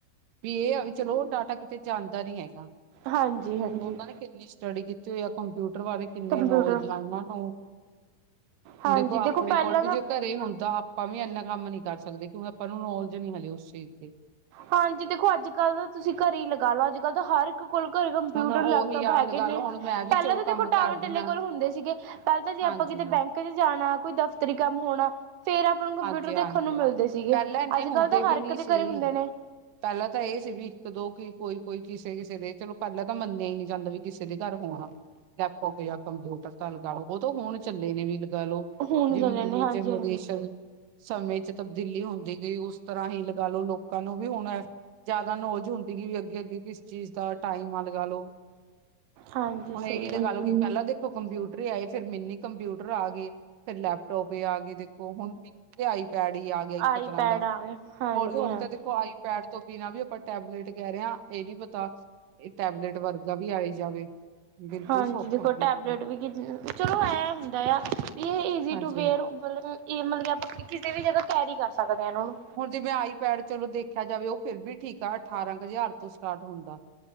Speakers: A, on the right; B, on the right.
A: ਵੀ ਇਹ ਵੀ ਚਲੋ ਉਹ ਟਾਟਾ ਕਿਤੇ ਚ ਆਂਦਾ ਨੀ ਹੈਗਾ।
B: ਹਾਂਜੀ
A: ਹੁਣ
B: ਹਾਂਜੀ।
A: ਉਹਨਾਂ ਨੇ ਕਿੰਨੀ ਸਟੱਡੀ ਕੀਤੀ ਜਾਂ ਕੰਪਿਊਟਰ ਬਾਰੇ ਕਿੰਨੇ
B: ਕੰਪਿਊਟਰ
A: ਨੌਜਾਨਾਂ ਨੂੰ ਹੁਣ
B: ਹਾਂਜੀ
A: ਦੇਖੋ ਆਪਣੇ
B: ਪਹਿਲਾਂ
A: ਕੋਲ ਵੀ
B: ਨਾ
A: ਜੇ ਘਰੇ ਹੁੰਦਾ ਆਪਾਂ ਵੀ ਇੰਨਾ ਕੰਮ ਨੀ ਕਰ ਸਕਦੇ ਕਿਉਂਕਿ ਆਪਾਂ ਨੂੰ ਨੌਲਜ ਨਹੀਂ ਮਿਲੀ ਉਸ ਚੀਜ਼ ਦੀ।
B: ਹਾਂਜੀ ਦੇਖੋ ਅੱਜ ਕੱਲ ਤਾਂ ਤੁਸੀਂ ਘਰੇ ਹੀ ਲਗਾ ਲੋ ਅੱਜ ਕੱਲ੍ਹ ਤਾਂ ਹਰ ਕੋਲ ਘਲ ਕੰਪਿਊਟਰ
A: ਹੁਣ
B: ਲੈਪਟੋਪ
A: ਉਹੀ ਆ
B: ਹੈਗੇ
A: ਲਗਾ
B: ਨੇ
A: ਲਓ ਹੁਣ
B: ਪਹਿਲਾਂ
A: ਮੈਂ ਵੀ ਚਲੋ
B: ਤਾਂ ਦੇਖੋ
A: ਕੰਮ ਕਰਦੀ
B: ਟਾਵਰ ਟਲੇ
A: ਹਾਂ
B: ਕੋਲ ਹੁੰਦੇ ਸੀਗੇ ਪਹਿਲਾਂ ਤਾਂ ਜੇ
A: ਹਾਂਜੀ।
B: ਆਪਾਂ ਕਿਤੇ ਬੈਂਕ ਚ ਜਾਣਾ ਕੋਈ ਦਫ਼ਤਰੀ ਕੰਮ ਹੋਣਾ। ਫੇਰ ਆਪਾਂ ਨੂੰ
A: ਹਾਂਜੀ-ਹਾਂਜੀ
B: ਕੰਪਿਊਟਰ ਦੇਖਣ ਨੂੰ ਮਿਲਦੇ ਸੀਗੇ
A: ਪਹਿਲਾਂ ਇੰਨੇ
B: ਅੱਜ
A: ਹੁੰਦੇ
B: ਕੱਲ ਤਾਂ
A: ਵੀ
B: ਹਰ ਇੱਕ
A: ਨੀ
B: ਦੇ
A: ਸੀ
B: ਘਰੇ ਹੁੰਦੇ ਨੇ।
A: ਪਹਿਲਾਂ ਤਾਂ ਇਹ ਸੀ ਵੀ ਇੱਕ ਦੋ ਕੀ ਕੋਈ ਕੋਈ ਕਿਸੇ ਕਿਸੇ ਦੇ ਚਲੋ ਪਹਿਲਾਂ ਤਾਂ ਮੰਨਿਆ ਹੀ ਜਾਂਦਾ ਵੀ ਕਿਸੇ ਦੇ ਘਰ ਹੋਣ ਲੈਪਟੋਪ ਜਾਂ ਕੰਪਿਊਟਰ ਤਾਂ ਲਗਾ ਲਓ। ਉਹ ਤਾਂ ਹੋਣ ਚੰੱਲੇ ਨੇ ਵੀ ਗਾਲੋ
B: ਹੁਣ
A: ਜਿਵੇ
B: ਚਲੇ
A: ਜਿਮੀ
B: ਨੇ ਹਾਂਜੀ
A: ਚ ਨਰੇਸ਼ਨਲ
B: ਹਾਂਜੀ
A: ਸਮੇਂ ਚ ਤਬਦੀਲੀ ਹੁੰਦੀ ਗਈ ਉਸ ਤਰ੍ਹਾਂ ਹੀ ਲਗਾ ਲਓ ਲੋਕਾਂ ਨੂੰ ਵੀ ਹੁਣ ਜ਼ਿਆਦਾ ਨੌਲੇਜ ਹੁੰਦੀ ਗਈ ਵੀ ਅੱਗੇ ਅੱਗੇ ਕਿਸ ਚੀਜ਼ ਦਾ ਟਾਈਮ ਆ ਲਗਾ ਲਓ
B: ਹਾਂਜੀ
A: ਹੁਣ
B: ਸਹੀ
A: ਇਹਹੀ ਤੇ
B: ਗੱਲ
A: ਗ ਲਓ ਕਿ
B: ਆ,
A: ਪਹਿਲਾਂ ਦੇਖੋ ਕੰਪਿਊਟਰ ਹੀ ਆਏ ਫੇਰ ਮੈਨੀ ਕੰਪਿਊਟਰ ਆ ਗਏ ਫੇਰ ਲੈਪਟੋਪ ਵੀ ਆ ਗਏ ਦੇਖੋ ਹੁਣ ਤੇ ਆਈ ਪੈਡ ਹੀ ਆ ਗਿਆ ਇੱਕ
B: ਆਈ
A: ਤਰ੍ਹਾਂ
B: ਪੈਡ
A: ਦਾ
B: ਆ ਗਏ ਹਾਂਜੀ
A: ਹ ਹਣ
B: ਹਾਂਜੀ
A: ਤੇ ਦੇਖੋ ਆਈ ਪੈਡ ਤੋਂ ਪੀਣਾ ਵੀ ਆਪਾਂ ਟੈਬਲੇਟ ਕਹਿ ਰਹੇ ਹਾਂ ਇਹ ਨੀ ਪਤਾ ਇਹ ਟੈਬਲੇਟ ਵਰਗਾ ਵੀ ਆਈ ਜਾਵੇ। ਬਿਲਕੁਲ
B: ਹਾਂਜੀ
A: ਸੌਖਾ
B: ਦੇਖੋ
A: ਬਿਲਕੁਲ
B: ਟੈਬਲੇਟ ਵੀ ਚਲੋ ਐ ਹੁੰਦਾ ਆ ਈਜ਼ੀ
A: ਹਾਂਜੀ
B: ਟੂ ਬੇਅਰ ਮਤਲਬ ਮਤਲਬ ਆਪਾਂ ਕਿਸੇ ਵੀ ਜਗ੍ਹਾ ਕੈਰੀ ਕਰ ਸਕਦੇ ਹਾਂ ਇਹਨਾਂ ਨੂੰ
A: ਹੁਣ ਜਿਵੇਂ ਆਈਪੈਡ ਚਲੋ ਦੇਖਿਆ ਜਾਵੇ ਉਹ ਫਿਰ ਵੀ ਠੀਕ ਸਾਡੇ ਅਠਾਰਾਂ ਕੁ ਹਜ਼ਾਰ ਤੋਂ ਸਟਾਟ ਹੁੰਦਾ